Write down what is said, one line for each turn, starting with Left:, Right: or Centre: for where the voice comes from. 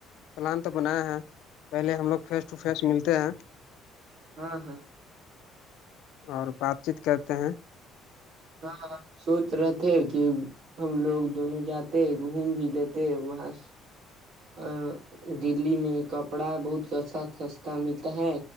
Left: پلان تو بنایا ہیں پہلے ہم لوگ فیس ٹو فیس ملتے ہیں
Right: ہاں ہاں
Left: اور بات چیت کرتے ہیں
Right: ہاں ہاں سوچ رہے تھے کہ ہم لوگ دونوں جاتے ہیں گھوم بھی لیتے وہاں ا دللی میں کپڑا بہت سستا سستا ملتا ہے